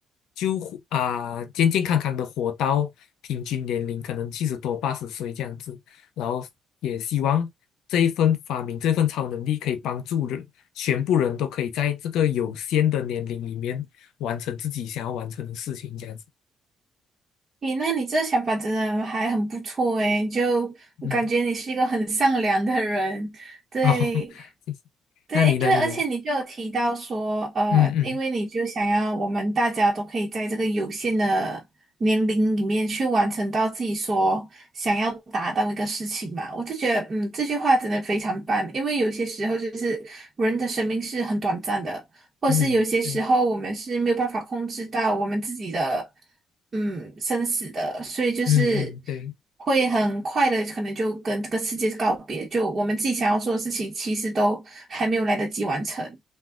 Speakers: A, on the left (about 85°); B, on the right (about 40°).
A: 就啊、健健康康的活到平均年龄，可能七十多八十岁这样子，然后也希望这一份发明这份超能力可以帮助人全部人都可以在这个有限的年龄里面完成自己想要完成的事情，这样子。
B: 诶，那你这想法真的还很不错诶，就我感觉你是一个很善良的人，
A: 嗯，
B: 对，
A: 哦，<laughs> 谢谢那你呢？
B: 对，因为而且你就有提到说，
A: 你呢？
B: 呃，
A: 嗯嗯
B: 因为你就想要我们大家都可以在这个有限的年龄里面去完成到自己所想要达到一个事情嘛，我就觉得，嗯，这句话真的非常棒，因为有些时候就是人的生命是很短暂的，或是有些时候我们是没有办法控制到我们自己的。
A: 嗯，对，
B: 嗯生死的，所以就是
A: 嗯嗯对，
B: 会很快的，可能就跟这个世界告别。就我们自己想要做的事情，其实都还没有来得及完成。